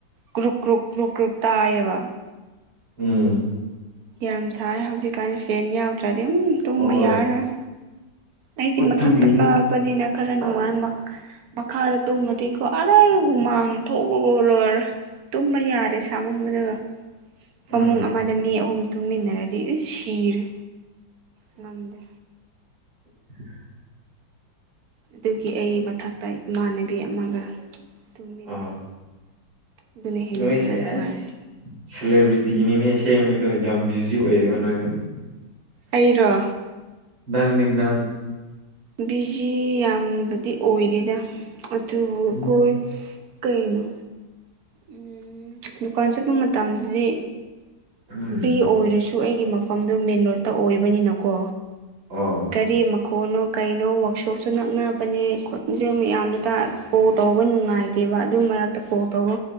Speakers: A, on the right; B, on the right.
A: ꯀ꯭ꯔꯨꯛ ꯀ꯭ꯔꯨꯛ ꯀ꯭ꯔꯨꯛ ꯀ꯭ꯔꯨꯛ ꯇꯥꯏꯌꯦꯕ
B: ꯎꯝ
A: ꯌꯥꯝ ꯁꯥꯏ ꯍꯧꯖꯤꯛꯀꯥꯟꯗꯤ ꯐꯦꯟ ꯌꯥꯎꯗ꯭ꯔꯗꯤ ꯎꯝ ꯇꯨꯝꯕ
B: ꯍꯣꯏ
A: ꯌꯥꯔꯔꯣꯏ ꯑꯩꯗꯤ
B: ꯑꯗꯨꯒꯤꯅꯤ
A: ꯃꯊꯛꯇ ꯀꯥꯕꯅꯤꯅ ꯈ ꯈꯔ ꯅꯨꯡꯉꯥꯏ ꯃꯛ ꯃꯈꯥꯗ ꯇꯨꯝꯃꯗꯤꯀꯣ ꯑꯔꯦ ꯍꯨꯃꯥꯡ ꯊꯣꯛꯄꯗ ꯂꯣꯏꯔꯦ ꯇꯨꯝꯕ ꯌꯥꯗꯦ ꯁꯥꯃꯟꯕꯗꯨꯒ ꯐꯃꯨꯡ
B: ꯎꯝ
A: ꯑꯃꯗ ꯃꯤ ꯑꯍꯨꯝ ꯇꯨꯝꯃꯤꯟꯅꯔꯗꯤ ꯏꯁ ꯁꯤꯔꯦ ꯉꯝꯗꯦ
B: <inaudible>
A: ꯑꯗꯨꯒꯤ ꯑꯩ ꯃꯊꯛꯇ ꯏꯃꯥꯟꯅꯕꯤ ꯑꯃꯒ ꯇꯨꯝꯃꯤꯟꯅꯩ
B: ꯑꯥ
A: ꯑꯗꯨꯅ ꯍꯦꯟꯅ
B: ꯅꯣꯏꯁꯦ
A: ꯈꯔ ꯅꯨꯡꯉꯥꯏꯔꯦ
B: ꯑꯦꯁ ꯁꯦꯂꯦꯕ꯭ꯔꯤꯇꯤꯅꯤꯅꯦ ꯁꯦꯡꯕꯗꯣ ꯌꯥꯝ ꯕꯤꯖꯤ ꯑꯣꯏꯌꯦꯕ ꯅꯣꯏꯗꯣ
A: ꯑꯩꯔꯣ
B: ꯅꯪꯅꯦ ꯅꯪ
A: ꯕꯤꯖꯤ ꯌꯥꯝꯕꯨꯗꯤ ꯑꯣꯏꯗꯦꯗ ꯑꯗꯨ
B: ꯎꯝ
A: ꯀꯣꯏ ꯀꯩꯅꯣ ꯎꯝ ꯗꯨꯀꯥꯟ ꯆꯠꯄ ꯃꯇꯝꯗꯗꯤ
B: ꯎꯝ
A: ꯐ꯭ꯔꯤ ꯑꯣꯏꯔꯁꯨ ꯑꯩꯒꯤ ꯃꯐꯝꯗꯣ ꯃꯦꯟ ꯔꯣꯗꯠꯇ ꯑꯣꯏꯕꯅꯤꯅꯀꯣ
B: ꯑꯣ
A: ꯒꯥꯔꯤ ꯃꯛ ꯀꯣꯟꯅꯣ ꯀꯩꯅꯣ ꯋ꯭ꯔꯥꯛꯁꯣꯞꯁꯨ ꯅꯛꯅꯕꯅꯦ ꯈꯣꯟꯖꯦꯜ ꯃꯌꯥꯝꯗꯣ ꯇꯥꯔꯒ ꯀꯣꯜ ꯇꯧꯕ ꯅꯨꯡꯉꯥꯏꯇꯦꯕ ꯑꯗꯨ ꯃꯔꯛꯇ ꯀꯣꯜ ꯇꯧꯕ